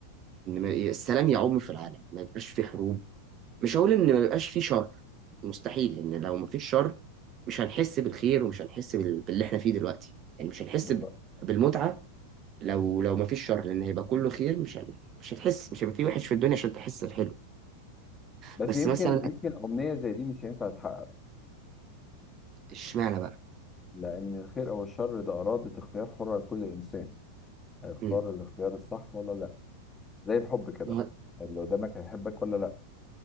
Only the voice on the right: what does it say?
إن السلام يعم في العالم ما يبقاش في حروب مش هقول ان ما بيبقاش فيه شر مستحيل لان لو ما فيش شر مش هنحس بالخير ومش هنحس بال... باللي احنا فيه دلوقتي يعني مش هنحس
ب... بالمتعه لو لو ما فيش شر لان هيبقى كله خير مش هن... مش هتحس مش هيبقى فيه وحش في الدنيا عشان تحس الحلو
بس
مثلا
أت-
اشمعنى بقى
امم
ما-